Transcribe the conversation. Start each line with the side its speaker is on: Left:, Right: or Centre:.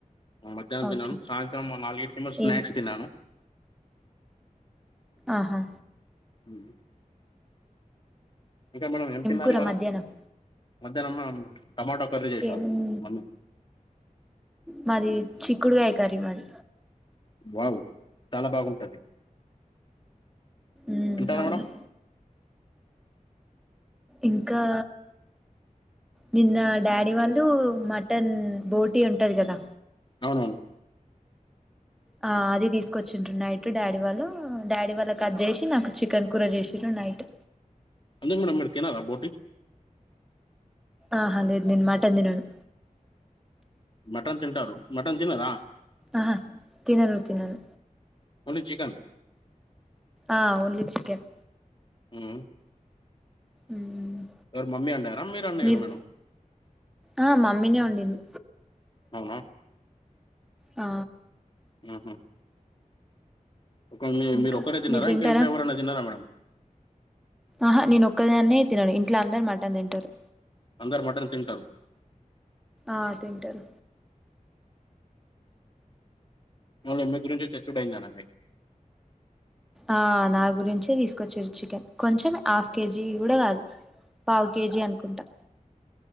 Left: ఆ మధ్యానం
Centre: ఓకే
Left: తిన్నాను సాయంత్రం మా నాలిగిటికేమో స్నాక్స్
Centre: ఏం
Left: తిన్నాను.
Centre: ఆహా
Left: ఉహుహ్ ఇంకా మేడం ఏం తిన్నారు
Centre: కూర
Left: ఇవాళ
Centre: మధ్యాహ్నం
Left: మధ్యానం మనం టమాటో కర్రీ. చేశారు
Centre: ఏ ఉన్
Left: మమ్మీ
Centre: మాది చిక్కుడుకాయ కర్రీ ఇవల్
Left: వావ్ చాలా బాగుంటది
Centre: ఉమ్
Left: ఉంటా
Centre: అవును
Left: మేడం
Centre: ఇంకా నిన్న డాడీ వాళ్ళు మటన్ బోటీ ఉంటది గదా
Left: అవునన్
Centre: ఆ అది దిసుకొచ్చిరు నైట్ డాడీ వాళ్ళు డాడీ వాళ్ళక్ అది జేశి నాకు చికెన్ కూర చేసిరు నైట్
Left: ఎందుకు మేడం మీరు తినరా బోటి
Centre: ఆహ లేదు నేను మటన్ దినను
Left: మటన్ తింటారు మటన్ తినరా
Centre: ఆహ తిన్నారు తినర్
Left: ఓన్లీ చికెన్
Centre: ఆ ఓన్లీ చికెన్
Left: ఉహ్
Centre: ఉహ్
Left: ఎవరు మమ్మీ వండారా వండారా
Centre: మీరు
Left: మేడం
Centre: ఆ మమ్మీనే ఉండింది.
Left: అవునా
Centre: ఆ
Left: నహహ్ ఓకేనే
Centre: ఇంకా
Left: మీరు ఒకరే తినరా
Centre: తింటారా
Left: ఇంకా ఇంట్లో ఎవరనా తన్నారా మేడం
Centre: ఆహా నేను ఒక్కదాన్నే తినను ఇంట్లో అందరూ మటన్ తింటారు.
Left: అందరు మటన్ తింటారు.
Centre: ఆ తింటారు
Left: మళ్ళా ఏమై గురించే తెట్టుడు అయింది అన్నండే
Centre: ఆ నా గురించి తీసుకొచ్చిరు చికెన్ కొంచెం హాఫ్ కేజీ గూడా గాద్ పావు కేజీ అనుకుంటా